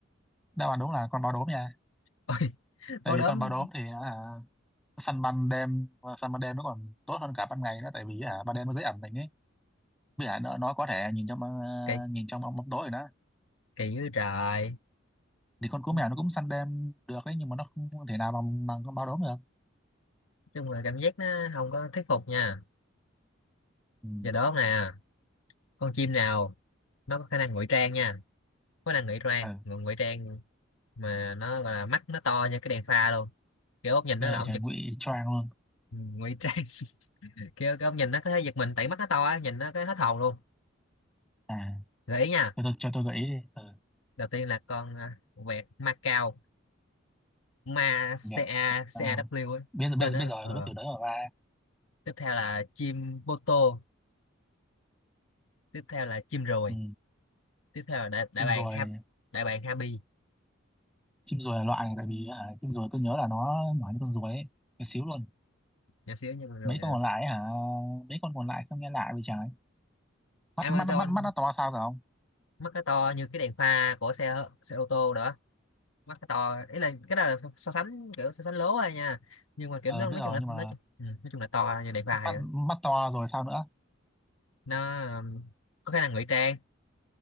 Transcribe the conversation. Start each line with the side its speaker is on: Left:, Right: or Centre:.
Centre: đáp án đúng là con báo đốm nha
Left: ôi
Centre: tại
Left: báo
Centre: vì
Left: đốm
Centre: con báo đốm thì nó à, nó săn ban đêm săn ban đêm nó còn tốt hơn cả ban ngày đó tại vì à, ban đêm nó dễ ẩn mình ấy Vì à, nó, nó có thể nhìn trong ờ,
Left: kỳ
Centre: nhìn trong bóng bóng tối rồi đó
Left: kỳ dữ trời
Centre: thì con cú
Left: nói
Centre: mèo nó cũng săn đêm được đấy nhưng mà nó không thể nào bằng bằng con báo đốm được
Left: chung là cảm giác nó không có thuyết phục nha
Centre: ừ.
Left: giờ đó nè con chim nào nó có khả năng ngụy trang nha có khả năng ngụy trang
Centre: ừ.
Left: ngụ- ngụy trang mà nó gọi là mắt nó to như cái đèn pha luôn kiểu ông nhìn
Centre: nghe
Left: nó là
Centre: vậy
Left: ông
Centre: trời
Left: giật
Centre: ngụy choang luôn
Left: ừ, ngụy trang <laughs> kiểu cái ông nhìn nó có thể giật mình tại mắt nó to á nhìn nó cái hết hồn luôn
Centre: à
Left: gợi ý nha
Centre: cho tôi cho tôi gợi ý đi ừ.
Left: đầu tiên là con à, vẹt Macau ma
Centre: Việt
Left: ca
Centre: Nam
Left: caw ấy.
Centre: biết rồi- biết
Left: tên đó.
Centre: biết rồi
Left: ờ.
Centre: tôi biết từ đấy mà ba
Left: tiếp theo là chim bô tô tiếp theo là chim ruồi
Centre: ừ.
Left: tiếp theo là đại, đại
Centre: chim
Left: bàng
Centre: ruồi
Left: hap đại bàng Happy
Centre: chim ruồi là loại này tại vì hả, chim ruồi tôi nhớ là nó nhỏ như con ruồi ấy cái xíu luôn
Left: nhỏ xíu nhưng mà rồi
Centre: mấy con
Left: hả?
Centre: còn lại ấy, hả mấy con còn lại sao nghe lạ vậy trái mắt
Left: Amazon
Centre: mắt mắt mắt nó to sao cả không
Left: mắt cái to như cái đèn pha của xe xe ô tô đó mắt cái to ý là cái đó là so sánh kiểu so sánh lố thôi nha nhưng mà
Centre: ờ
Left: kiểu nó
Centre: biết
Left: nói
Centre: rồi
Left: chung là
Centre: nhưng mà
Left: nó nói chung ừ, nói chung là to như đèn pha vậy
Centre: mắt mắt to rồi sao nữa
Left: nó um, có khả năng ngụy trang